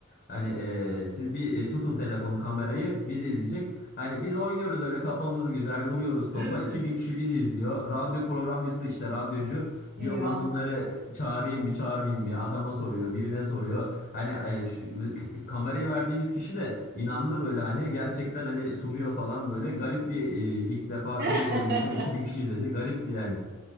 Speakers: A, on the left (about 45°); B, on the right (about 45°).
A: Hani e, siz bir e, tutun telefonu kamerayı bizi izleyecek. Hani biz oynuyoruz öyle kafamız güzel vuruyoruz topa.
B: <laughs>
A: 2000 kişi bizi izliyor. Radyo programcısı işte radyocu
B: Eyvah.
A: diyor ben bunları çağırayım mı çağırmayayım mı? Adama soruyor birine soruyor. Hani e, ç- kamerayı verdiğimiz kişi de inandı böyle hani gerçekten hani sunuyor falan böyle. Garip bir e, ilk defa
B: <laughs>
A: tenis oynayışımı 2000 kişi izledi. Garipti yani.